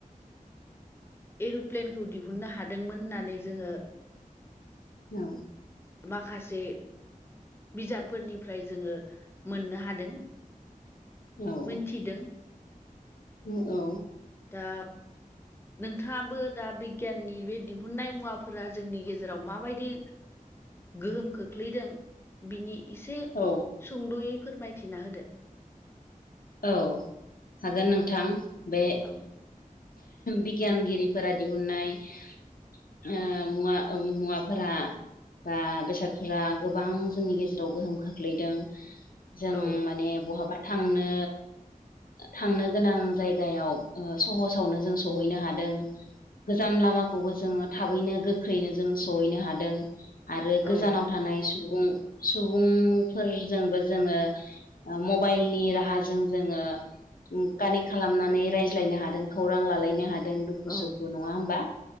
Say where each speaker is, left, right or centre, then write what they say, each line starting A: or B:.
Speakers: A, on the left; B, on the left.
A: एर'प्लेनखौ दिहुननो हादोंमोन होननानै जोङो
B: औ
A: माखासे बिजाबफोरनिफ्राय जोङो मोननो हादों
B: औ।
A: थिदों
B: औ।
A: दा नोंथाङाबो दा बिगियाननि बे दिहुननाय मुवाफोरा जोंनि गेजेराव मा माबायदि गोहोम खोख्लैदों बिनि एसे
B: औ।
A: सुंद'यै फोरमायथिना होदो
B: औ हागोन नोंथां। बे
A: औ।
B: बिगियानगिरिफोरा दिहुननाय ओ मुवा मुवाफोरा बा बेसादफोरा गोबां जोंनि गेजेराव गोहोम खोख्लैदों। जों
A: औ
B: माने बहाबा नो थांनो गोनां जायगायाव सहस फोसावनो जों सहैनो हादों। गोजान लामाखौबो जोङो थाबैनो गोख्रैनो जोंङो सहैनो हादों आरो गोजानाव
A: औ
B: थानाय सुबुं सुबुंफोरजोंबो जोङो मबाइलनि राहाजों जोङो कानेक्ट खालामनानै रायज्लायनो हादों। खौरां लालायनो हादों दुखु
A: औ
B: सुखु नङा होमबा